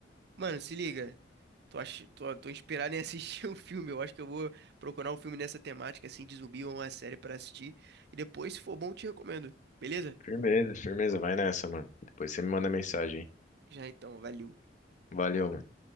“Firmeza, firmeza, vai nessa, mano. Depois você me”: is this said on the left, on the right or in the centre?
Left